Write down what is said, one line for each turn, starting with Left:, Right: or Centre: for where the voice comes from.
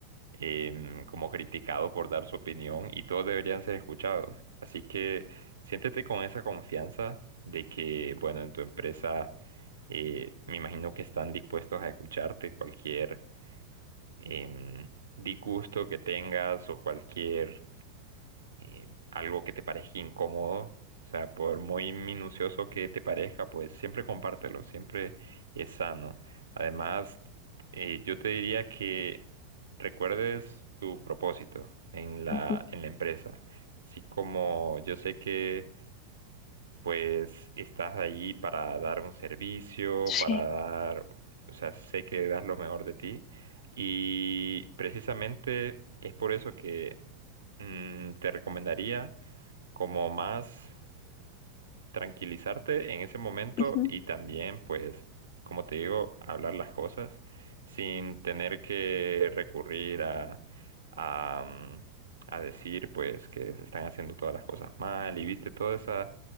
Right: em, como criticado por dar su opinión y todos deberían ser escuchados. Así que siéntete con esa confianza de que, bueno, en tu empresa eh, me imagino que están dispuestos a escucharte cualquier em, disgusto que tengas o cualquier eh, algo que te parezca incómodo, o sea, por muy minucioso que te parezca, pues siempre compártelo, siempre es sano. Además, eh, yo te diría que recuerdes tu propósito en la,
Left: ujú,
Right: en la empresa, así como yo sé que pues estás allí para dar un servicio,
Left: sí,
Right: para dar, o sea, sé que das lo mejor de ti y precisamente es por eso que mm, te recomendaría como más tranquilizarte en ese momento
Left: ujú,
Right: y también, pues, como te digo, hablar las cosas sin tener que recurrir a, a, mm, a decir, pues, que se están haciendo todas las cosas mal y viste todo esa,